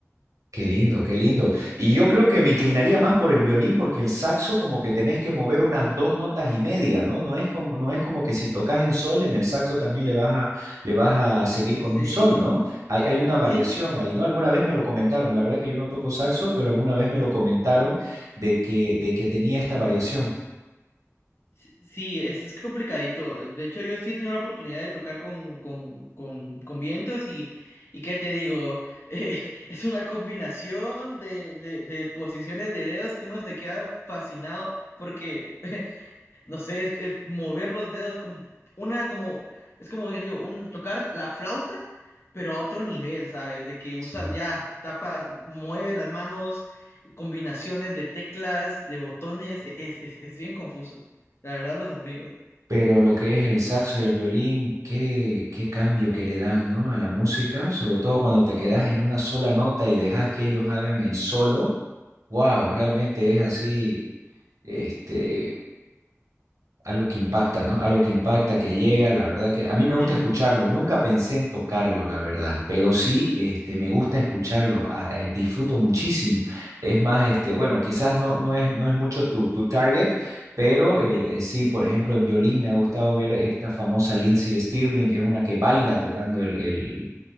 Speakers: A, on the right; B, on the left.
A: Qué lindo, qué lindo. Y yo creo que me inclinaría más por el violín porque el saxo como que tenés que mover unas dos notas y media, ¿no? No es como, no es como que si tocas en sol, en el saxo también le vas a, le vas a seguir con
B: Sí.
A: un sol, ¿no? Hay, hay una variación
B: Sí,
A: ahí, ¿no? Alguna vez me lo comentaron, la verdad que yo no toco saxo, pero alguna vez me lo comentaron de que, de que tenía esta variación.
B: sí, sí, es, es complicadito. De hecho, yo sí he tenido la oportunidad de tocar con, con, con, con vientos y, y ¿qué te digo? <laughs> Eh, es una combinación de, de, de posiciones de dedos que uno se queda fascinado porque <laughs> No sé, es, es mover los dedos como una, como, es como que digo, un, tocar la flauta, pero a otro nivel, ¿sabes? De que
A: Sí.
B: usa, ya, tapas, mueve las manos, combinaciones de teclas, de botones, e- es, es, es bien confuso. La verdad los admiro.
A: Pero lo que es el saxo y el violín, qué, qué cambio que le dan, ¿no? a la música, sobre todo cuando te
B: Oh,
A: quedas
B: sí,
A: en una sola nota y dejas que ellos hagan el solo. Wow, realmente es así, este, algo que impacta, ¿no? Algo que impacta, que llega, la verdad que a mí
B: lo
A: me
B: llena
A: gusta escucharlo.
B: mucho.
A: Nunca pensé en tocarlo, la verdad, pero sí, este, me gusta escucharlo, a- eh, disfruto muchísimo. Es más, este, bueno, quizás no, no es, no es mucho tu, tu target, pero
B: Ujú,
A: eh, eh, sí, por ejemplo, en violín me ha gustado ver esta famosa Lindsey Stirling, que es una que baila tocando el, el,